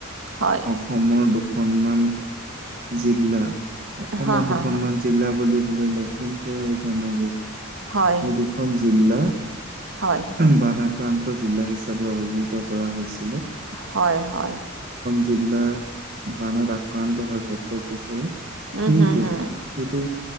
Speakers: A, on the right; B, on the right.
A: হয়
B: অসমৰ দু দুখনমান জিলা অসমৰ
A: হা হা
B: দুখনমান
A: হা
B: জিলা বুলি বোলে লখিমপুৰ আৰু ধেমাজি
A: হয়
B: এই দুখন জিলা
A: হয়
B: বান আাক্ৰান্ত জিলা হিচাপে অভিহিত কৰা হৈছে <unintelligible>
A: হয় হয়
B: জিলা বানত আক্ৰান্ত হয় প্ৰত্যেক বছৰে
A: উম
B: কিন্তু
A: হম হম
B: সটো